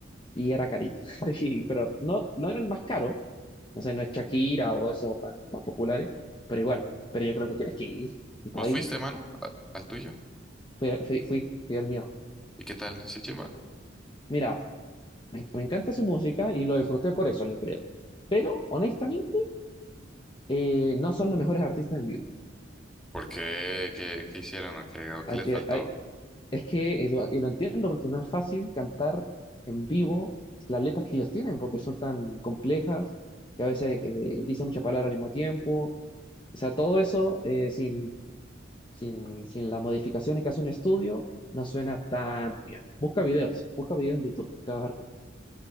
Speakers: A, on the left (about 25°); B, in the centre.
A: y era carito. <laughs> Sí, pero no, no era el más caro. No sé, no es Shakira o esos tan, tan populares, pero igual. Pero yo creo que tienes que ir. Si está
B: ¿Vos
A: ahí,
B: fuiste, mano, a- al tuyo?
A: fui, fui, fui, fui el mío.
B: ¿Y qué tal? ¿Sí, chimba?
A: Mira, Me, me encanta su música y lo disfruté por eso, yo creo. Pero honestamente, eh, no son los mejores artistas en vivo.
B: ¿Por qué? ¿Qué, qué hicieron? ¿O qué, o qué
A: Hay
B: les
A: que,
B: faltó?
A: hay, es que, eh, lo- y lo entiendo porque no es fácil cantar en vivo las letras que ellos tienen, porque son tan complejas, que a veces eh, dicen muchas palabras al mismo tiempo. O sea, todo eso eh, sin, sin, sin las modificaciones que hace un estudio, no suena tan bien. Busca videos, busca videos en YouTube, te vas a dar cuenta.